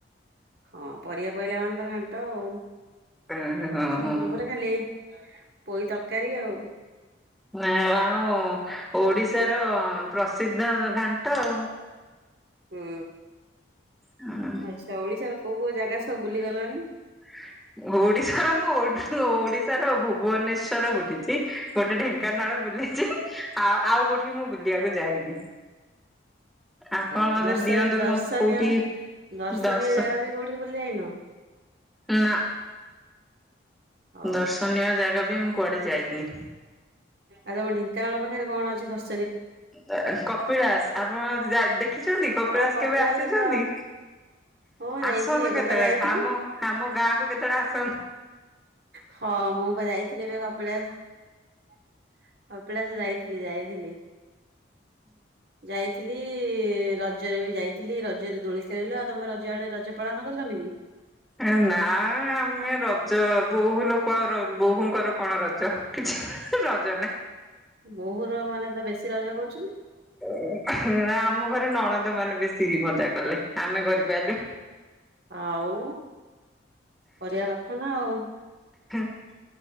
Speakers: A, on the right; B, in the centre.
A: ହଁ ପରିବା ପଇଲା ମାନ ତ ଘାଣ୍ଟ ଆଉ
B: ହଁ
A: ସିମ୍ପୁଲ
B: ହଁ।
A: ପରେ ଖାଲି ପୋଇ ତର୍ କାରି ଆଉ।
B: ନାଁ ଆମ ଓଡ଼ିଶାର ପ୍ରସିଦ୍ଧ ଘାଣ୍ଟ ଆଉ।
A: ହୁଁ
B: ହୁଁ
A: ଆଚ୍ଛା ଓଡ଼ିଶାର କୋଉ କୋଉ ଜାଗା ସବୁ ବୁଲି ଗଲଣି?
B: <inaudible> ଓଡ଼ିଶାର ମୁଁ ଓ ଓଡ଼ିଶାର ଭୁବନେଶ୍ଵର ବୁଲିଚି ଗୋଟେ ଢେଙ୍କାନାଳ ବୁ ଲିଚି ଆଉ ଆଉ କୋଉଠି ମୁଁ ବୁଲିବାକୁ ଯାଇନି। ଆପଣ
A: ଆଉ
B: ମତେ
A: ଦର୍ଶନ
B: ଦିଅନ୍ତୁ
A: ଦର୍ଶନୀୟ
B: କଁ କୋଉଠି
A: ଦର୍ଶନୀୟ
B: ଦର୍ଶ
A: ଜାଗା ବି କୋଉଠି ବୁଲି ଆଇନ?
B: ନାଁ।
A: ହଉ
B: ଦର୍ଶନୀୟ ଜାଗା ବି ମୁଁ କୁଆଡ଼େ ଯାଇନି।
A: ଆ ତମ ଢେଙ୍କାନାଳ ପାଖରେ କଣ ଅଛି ଦର୍ଶ
B: ଉଁ ଆ କପିଳାସ ଆପଣ ଯା ଦେଖିଛନ୍ତି କପିଳାସ
A: ଆଉ
B: କେବେ ଆସିଛନ୍ତି?
A: ତ ହଁ ଯାଇଛି
B: ଆସନ୍ତୁ
A: ଏବେ
B: କେତେଳେ
A: ପା ଯାଇଥିଲି।
B: ଆମ ଆମ ଗାଁକୁ କେତେଳେ ଆସ
A: ହ ମୁଁ ପା ଯାଇଥିଲି ଏବେ କପିଳା ଅ ପିଳାସ ଯାଇଥିଲି ଯାଇଥିଲି। ଯାଇଥିଲି ରଜରେ ବି ଯାଇଥିଲି ର ଜରେ ଦୋଳି ଖେଳିଳୁ ଆଉ ତମେ ରଜ ଆଡ଼େ ରଜ ପାଳନ କଲନି କି?
B: ଏ ନାଁ ଆମେ ର ଜ ବୋହୂ ଲୋକ ଆଉ ର ବୋହୂଙ୍କର କଣ ରଜ କିଛି ରଜ ନାଁ।
A: ବୋହୂର ମାନେ ତ ବେଶୀ ରଜ କର
B: ଅ ନାଁ ଆମ ଘରେ ନଣନ୍ଦମାନେ ବେଶ୍ ଶି ମଜା କଲେ ଆମେ କରିପାଇଲୁ
A: ଆଉ କରିବା କଥା ନାଁ ଆଉ।
B: ସୁ